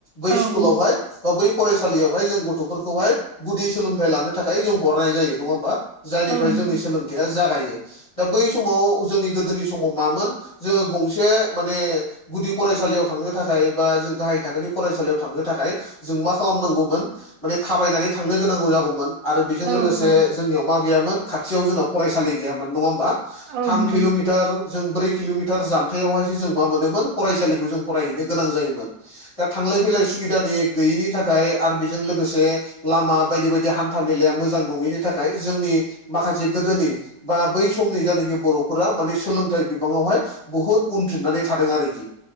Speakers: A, on the left; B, on the right.
A: बै
B: औ
A: स्कुलावहाय बा बै फरायसालियावहाय जों गथ'फोरखौहाय गुदि सोलोंथाइ लानो थाखाय जों हरनाय जायो नङा होमबा जायनिफ्राय
B: औ नोंथां
A: जोंनि सोलोंथाइया जागायो दा बै समाव जोंनि गोदोनि समाव मामोन जोङो गंसे माने गुदि फरायसालियाव थांनो थाखाय बा जों गाहाय थाखोनि फरायसालियाव थांनो थाखाय जों मा खालामनांगौमोन माने थाबायनानै थांनो गोनांगौ जागौमोन आरो बेजों
B: औ
A: लोगोसे
B: औ
A: जोंनियाव मा गैयामोन खाथियाव जोंना फरायसालि गैयामोन नङा होमबा
B: औ
A: थाम
B: नोंथां
A: किल'मिटार जों ब्रै किल'मिटार जामथायावहायसो जों मा मोनोमोन फरायसालिखौ जों फरायहैनो गोनां जायोमोन। दा थांलाय फैलाय सुबिदानि गैयिनि थाखाय आरो बेजों लोगोसे लामा बायदि बायदि हान्था मेलाया मोजां नङिनि थाखाय जोंनि माखासे गोदोनि बा बै समनि जायानाखि बर'फोरा माने सोलोंथाइ बिबाङावहाय बुहुत उनफिननानै थादों आरोखि।